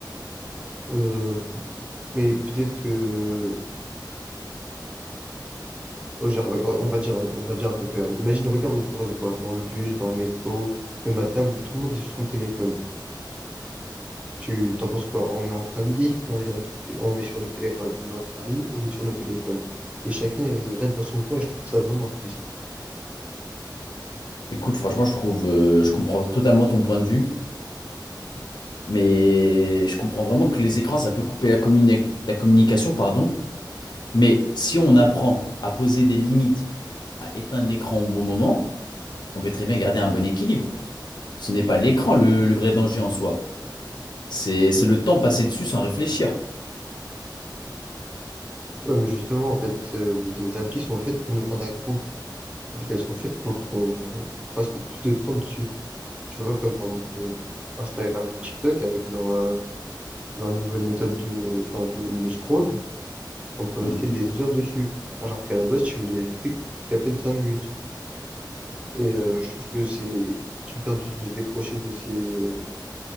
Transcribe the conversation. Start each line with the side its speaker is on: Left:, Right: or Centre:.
Right: Euh, mais peut-être que Oh, genre, euh, on va dire, on va dire un truc, regarde. Imagine, regarde autour de toi, dans le bus, dans le métro, même à table, tout le monde est sur son téléphone. Tu t'en penses quoi? On est en famille, on est en tout, on est sur nos téléphones. On est entre amis, on est sur nos téléphones. Et chacun il reste dans son coin et je trouve ça vraiment triste.
Left: Écoute, franchement, je trouve, euh, je comprends totalement ton point de vue. Mais je comprends vraiment que les écrans, ça peut couper la communi- la communication, pardon. Mais si on apprend à poser des limites, à éteindre l'écran au bon moment, on peut très bien garder un bon équilibre. Ce n'est pas l'écran le, le vrai danger en soi. C'est, c'est le temps passé dessus sans réfléchir.
Right: Ouais, mais justement, en fait, euh, les applis sont faites pour nous rendre accros. En fait, elles sont faites pour qu'on passe le plus de temps dessus. Tu vois, comme par exemple euh, Instagram ou TikTok avec leur, euh, leur nouvelle méthode de, enfin, le, le scroll. on peut rester
Left: Mhm.
Right: des heures dessus, alors qu'à la base, tu voulais y rester qu'à peine cinq minutes. Et euh, je trouve que c'est super dur de se décrocher de ces,